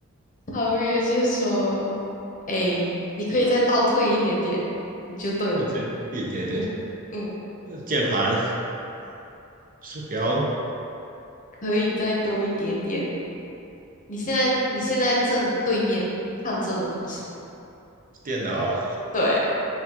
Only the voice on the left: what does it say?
超越就是说，哎，你可以再倒退一点点，你就对了，
嗯嗯，
可以再多一点点。你现在你现在正对面看这的东西。
对，